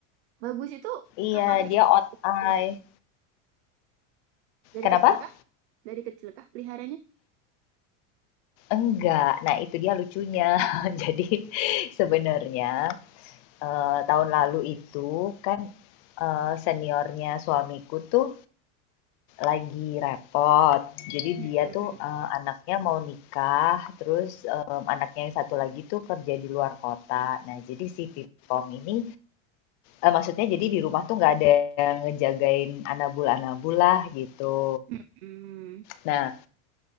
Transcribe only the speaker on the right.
Bagus itu
kakak pelihara
kah? dari
kecil kah? Dari kecil kah peliharanya?
Mm-mm.
Mm-mm.